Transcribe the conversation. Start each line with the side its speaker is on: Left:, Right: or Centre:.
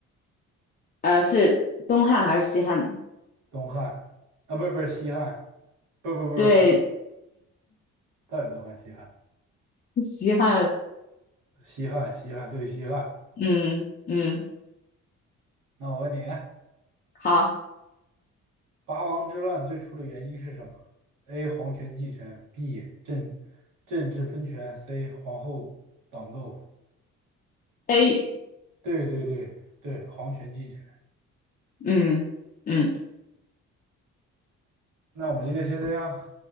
Left: 呃，是东汉还是西汉呢？
Right: 东汉啊，不是不是西汉，不不不不，
Left: 对，
Right: 到底东汉西汉？
Left: 西汉
Right: 西汉西汉对西汉。
Left: 嗯嗯，
Right: 那我问你。
Left: 好
Right: 八王之乱最初的原因是什么？A. 皇权继承，B. 政政治分权，C. 皇后党斗。
Left: ，A，
Right: 对对对对，皇权继承。
Left: 嗯嗯
Right: 那我们今天先这样，